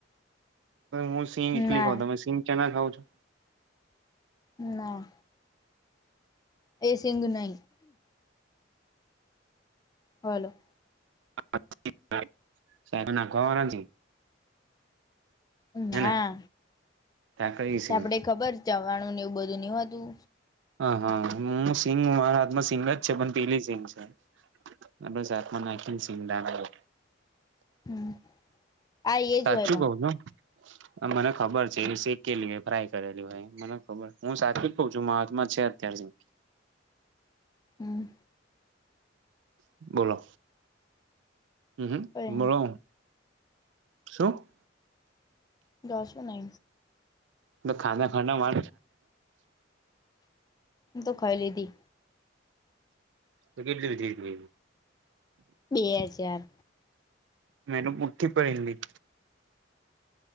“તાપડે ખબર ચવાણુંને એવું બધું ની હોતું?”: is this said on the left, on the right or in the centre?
Left